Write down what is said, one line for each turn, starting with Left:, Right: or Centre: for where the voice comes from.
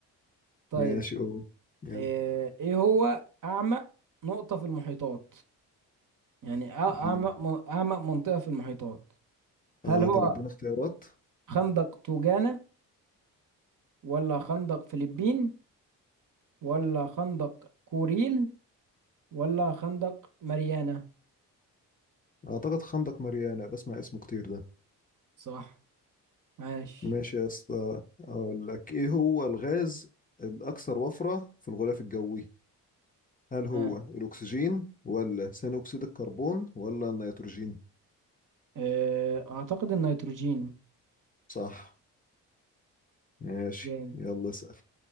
Right: طيب
Left: ماشي قول يلا
Right: أه ايه هو اعمق نقطة في المحيطات يعني أعمق
Left: مم.
Right: من- أعمق منطقة في المحيطات هل
Left: اه
Right: هو
Left: طب ادينا اختيارات
Right: خندق توجانا ولا خندق فلبين ولا خندق كوريل ولا خندق ماريانا
Left: اعتقد خندق ماريانا بسمع اسمه كتير ده
Right: صح ماشي
Left: ماشي يا اسطى اقول لك ايه هو الغاز الاكثر وفرة في الغلاف الجوي هل هو
Right: ها.
Left: الاكسجين ولا ثاني اكسيد الكربون ولا النيتروجين
Right: آه، أعتقد النيتروجين
Left: صح ماشي
Right: جامد
Left: يلا اسال